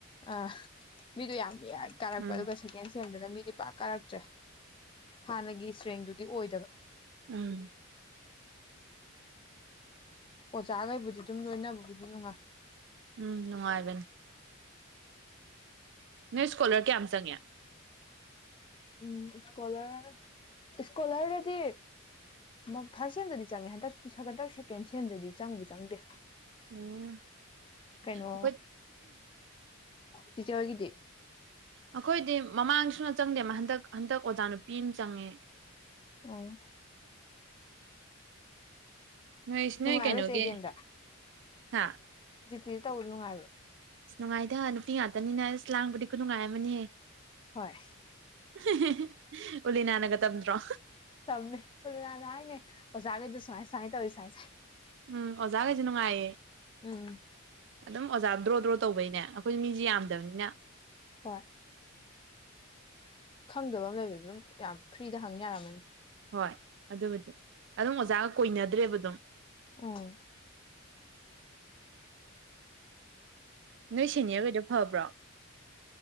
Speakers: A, on the left; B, on the right.
A: ꯑ ꯃꯤꯗꯨ ꯌꯥꯝ ꯀꯥꯔꯛꯄꯗꯨꯒ
B: ꯎꯝ
A: ꯁꯦꯀꯦꯟ ꯁꯦꯝꯗꯅ ꯃꯤꯗꯤ ꯄꯥꯛ ꯀꯥꯔꯛꯇ꯭ꯔꯦ ꯍꯥꯟꯅꯒꯤ ꯏꯁꯇ꯭ꯔꯦꯡꯗꯨꯗꯤ ꯑꯣꯏꯗꯕ
B: ꯎꯝ
A: ꯑꯣꯖꯥꯈꯩꯕꯨꯗꯤ ꯑꯗꯨꯝ ꯂꯣꯏꯅꯕꯕꯨꯗꯤ ꯅꯨꯡꯉꯥꯏ
B: ꯎꯝ ꯅꯨꯡꯉꯥꯏꯕꯅꯤ ꯅꯣꯏ ꯏꯁꯀꯣꯂꯔ ꯀꯌꯥꯝ ꯆꯪꯉꯦ
A: ꯎꯝ ꯏꯁꯀꯣꯂꯔ ꯏꯁꯀꯣꯂꯔꯗꯗꯤ ꯐꯥꯔꯁ ꯁꯦꯝꯗꯗꯤ ꯆꯪꯉꯦ ꯍꯟꯗꯛꯇ ꯍꯟꯗ ꯁꯦꯀꯦꯟ ꯁꯦꯝꯗꯗꯤ ꯆꯪꯕ ꯆꯪꯗꯦ
B: ꯎꯝ
A: ꯀꯩꯅꯣ
B: ꯑꯩꯈꯣꯏ
A: ꯁꯤꯆ ꯑꯣꯏꯒꯤꯗꯤ
B: ꯑꯩꯈꯣꯏꯗꯤ ꯃꯃꯥꯡꯁꯨꯅ ꯆꯪꯗꯦ ꯃꯥ ꯍꯟꯗꯛ ꯍꯟꯗꯛ ꯑꯣꯖꯥ ꯅꯨꯄꯤ ꯑꯃ ꯆꯪꯉꯦ
A: ꯎꯝ
B: ꯅꯣꯏ
A: ꯅꯨꯡꯉꯥꯏꯔꯣꯏ
B: ꯅꯣꯏ ꯀꯩꯅꯣꯒꯤ
A: ꯆꯦ ꯗꯤ ꯑꯝꯗ
B: ꯍꯥ
A: ꯖꯤꯠꯄꯤꯗ ꯇꯧꯕꯣ ꯅꯨꯡꯉꯥꯏꯕ꯭ꯔꯣ
B: ꯑꯁ ꯅꯨꯡꯉꯥꯏꯇ ꯅꯨꯄꯤ ꯉꯥꯛꯇꯅꯤꯅꯦꯅ ꯑꯁ ꯂꯥꯡꯕꯗꯤ ꯈꯨ ꯅꯨꯡꯉꯥꯏ ꯑꯃꯅꯤꯅꯤꯍꯦ
A: ꯍꯣꯏ
B: <unintelligible> ꯎꯂꯤꯅꯅꯒ ꯇꯝ꯭ꯔꯣ
A: ꯇꯝꯃꯦꯅꯅꯦ ꯑꯣꯁꯒꯦꯁꯨ ꯁ ꯁꯥꯏ ꯆꯥꯏ
B: ꯎꯝ ꯑꯣꯖꯥ ꯀꯩꯁꯨ ꯅꯨꯡꯉꯥꯏꯑꯌꯦ
A: ꯎꯝ
B: ꯑꯗꯨꯝ ꯑꯣꯖꯥ ꯗ꯭ꯔꯣ ꯗ꯭ꯔꯣ ꯇꯧꯕꯩꯅꯦ ꯑꯩꯈꯣꯏ ꯃꯤꯁꯤ ꯌꯥꯝ ꯑꯗꯅ
A: ꯍꯣꯏ ꯈꯪꯗꯕ ꯑꯃ ꯂꯩꯕꯗ ꯑꯗꯨꯝ ꯌꯥꯝ ꯐ꯭ꯔꯤꯗ ꯍꯪ ꯌꯥꯔꯝꯃꯅꯤ
B: ꯍꯣꯏ ꯑꯗꯨꯕꯨꯗꯤ ꯑꯗꯨꯝ ꯑꯣꯖꯥꯒ ꯀꯣꯏꯅꯗ꯭ꯔꯦꯕ ꯑꯗꯨꯝ
A: ꯎ
B: ꯅꯣꯏ ꯁꯦꯅꯤꯌꯔꯈꯩꯗꯣ ꯐꯕ꯭ꯔꯣ